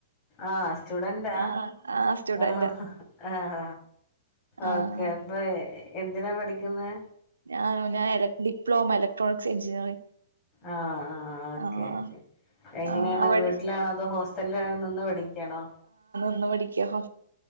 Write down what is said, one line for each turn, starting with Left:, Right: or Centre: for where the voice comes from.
Left: ആഹ സ്റ്റുഡന്റാ
Right: ആഹ് ആഹ് സ്റ്റുഡന്റാ
Left: ആഹ ആഹ
Right: ആഹ്
Left: ഓക്കെ അപ്പൊ എന്തിനാ പഠിക്കുന്നെ?
Right: ആ ഞാൻ എലക് ഡിപ്ലോമ ഇക്ട്രോണിക്സ് എഞ്ചിനീയറിംഗ്
Left: ആഹ ആഹ ഓക്കെ
Right: ആഹ്
Left: ഓക്കെ എങ്ങനെയാണ്
Right: ആഹ് അവിടെ
Left: വീട്ടിലാണോ അതോ ഹോ അല്ല നിന്ന് പഠിക്കേണോ?
Right: ന്ന് പഠിക്ക ഹോ